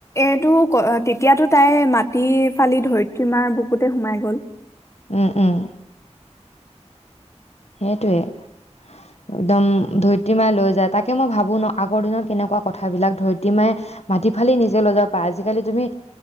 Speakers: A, on the left; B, on the left.
A: এইটো তেতিয়াতো তাই মাটি ফালি ধৰিত্ৰীমাৰ বুকুতে সোমাই গ'ল
B: উম উম সেইটোৱে একদম ধৰিত্ৰী মায়ে লৈ যায় তাকে মই ভাবো ন আগৰ দিনত কেনেকুৱা কথাবিলাক ধৰিত্ৰী মায়ে মাটি ফালি নিজে লৈ যাব পা আজিকালি তুমি